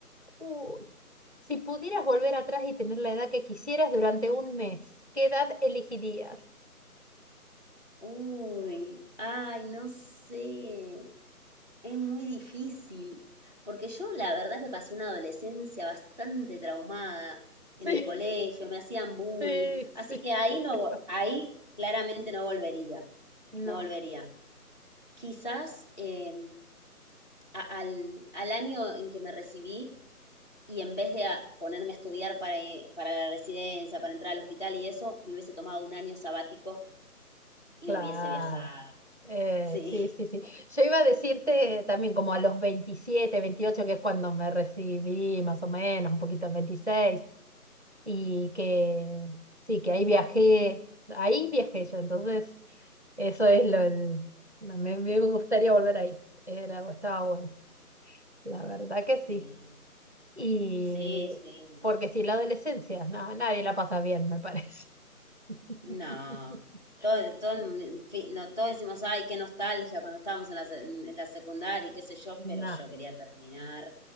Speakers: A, on the right; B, on the left.
A: Uy. Si pudieras volver atrás y tener la edad que quisieras durante un mes, ¿qué edad elegirías?
B: Uy, ay, no sé. Es muy difícil, porque yo la verdad que pasé una adolescencia bastante traumada en
A: <laughs>
B: el colegio, me hacían bullying,
A: Sí,
B: así
A: sí,
B: que ahí
A: sí. <laughs>
B: no, vo- ahí claramente no volvería,
A: No.
B: no volvería. Quizás eh, a- al, al año en que me recibí y en vez de a- ponerme a estudiar para, i- para la residencia, para entrar al hospital y eso, me hubiese tomado un año sabático y
A: Claro.
B: hubiese viajado.
A: Eh,
B: Sí,
A: sí, sí, sí. Yo iba a decirte también como a los 27 28 que es cuando me recibí, más o menos, un poquito 26 y que sí, que ahí viajé, ahí viajé yo, entonces eso es lo, el- me, me gustaría volver ahí. Era, estaba bueno, la verdad que sí.
B: sí,
A: Y
B: sí, sí.
A: porque si la adolescencia, no, nadie la pasa bien, me parece. <laughs>
B: No, todo, todo, en fin, no, todos decimos, ay, qué nostalgia cuando estábamos en la, se- en la secundaria y qué sé yo, pero
A: Nah.
B: yo quería terminar.